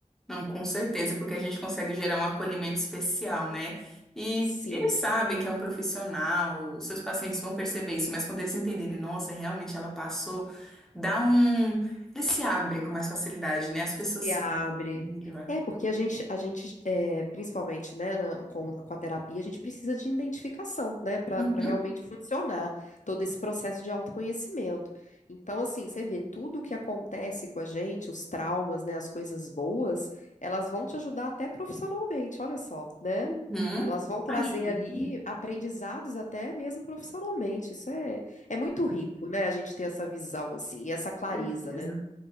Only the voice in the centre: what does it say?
Não, com certeza, porque a gente consegue gerar um acolhimento especial, né? E
eles sabem que é um profissional, os seus pacientes vão perceber isso, mas quando eles entenderem, nossa, realmente ela passou, dá um. Eles se abrem com mais facilidade, né? As pessoas
se
abrem melhor.
Uhum,
uhum.
Ajuda,
com
certeza.